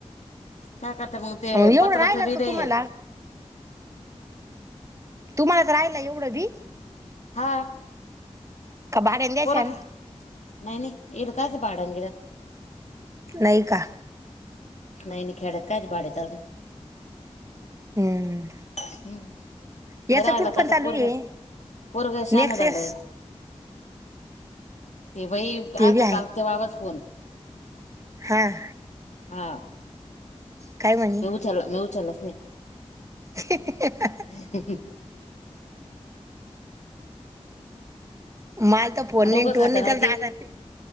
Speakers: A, on the left; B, on the right.
A: काय करते मग ते.
B: एवढं
A: पत्र्याचं
B: राहिलं
A: बी
B: का तुम्हाला
A: लई
B: तुम्हालाच राहायला एवढं बी?
A: हां.
B: का भाड्यान द्याशान
A: पोरगं? नाही नाही इड काच भाडन बीड.
B: नाही का?
A: नाही नाही. खेड्यात काचे भाडे चालत्या.
B: हम्म.
A: हम्म.
B: याच
A: राहायलाच
B: कुठ पण
A: आता
B: चालू
A: पोरगं,
B: आहे
A: पोरगं शहाणं
B: नेक्सेस
A: झालं. ते बाई
B: ते
A: आलतं
B: बी आहे
A: काल त्या बाबाचं फोन.
B: हां.
A: हां.
B: काय म्हणी?
A: चला म्या उचलाच नाही.
B: <inaudible>
A: <inaudible>
B: मलात फोन
A: डोकं
B: नाहीन टोन
A: खातं ना हो
B: नाही.